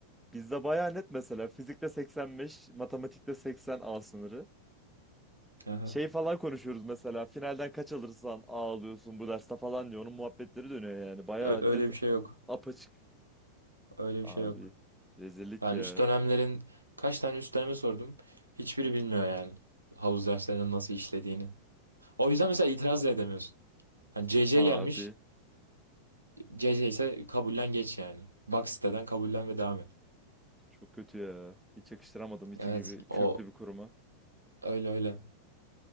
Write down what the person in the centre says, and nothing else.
Bizde bayağı net mesela fizikte 85, matematikte 80 A sınırı.
Şey falan konuşuyoruz mesela finalden kaç alırsan A alıyorsun bu derste falan diyor. Onun muhabbetleri dönüyor yani. Bayağı
net
apaçık.
Abi
rezillik
ya.
Abi
çok kötü ya. Hiç yakıştıramadım İTÜ
gibi köklü
bir kuruma.